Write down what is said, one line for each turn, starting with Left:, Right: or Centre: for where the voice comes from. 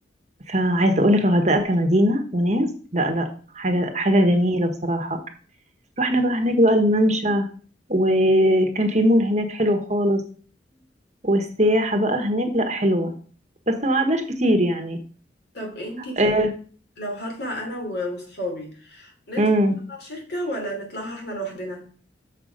Right: فعايزة أقولك الغردقة كمدينة وناس لا لا حاجة حاجة جميلة بصراحة رحنا بقى هناك بقى الممشى وكان في مول هناك حلو خالص والسياحة بقى هناك لا حلوة بس ما قعدناش كتير يعني
Left: طب انتي شايفة
Right: آه.
Left: لو هطلع انا و- وصحابي نطلع
Right: امم
Left: شركة ولا نطلعها احنا لوحدنا